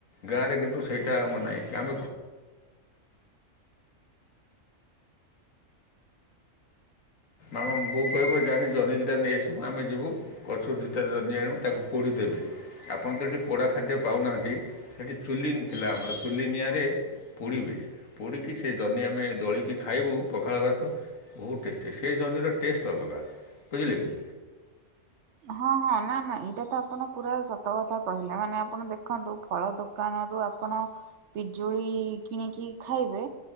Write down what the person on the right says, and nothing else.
ହଁ ହଁ ନା ନା ଏଇଟା ତ ଆପଣ ପୁରା ସତ କଥା କହିଲେ। ମାନେ ଆପଣ ଦେଖନ୍ତୁ। ଫଳ ଦୋକାନରୁ ଆପ ଆପଣ ପିଜୁଳି କିଣିକି ଖାଇବେ।